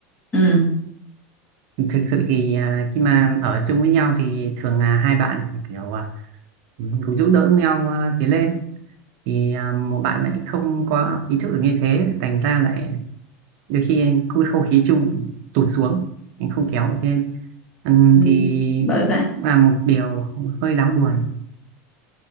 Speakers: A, on the left (about 15°); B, on the right (about 50°).
A: ừ
B: Ừ, thực sự thì à, khi mà ở chung với nhau thì thường là hai bạn thì kiểu à, cùng giúp đỡ nhau à, tiến lên thì à, một bạn lại không có ý thức được như thế thành ra lại đôi khi cái không khí chung lại tụt xuống anh không kéo được lên Ừm,
A: Ừ.
B: thì
A: bởi vậy
B: là một điều hơi đáng buồn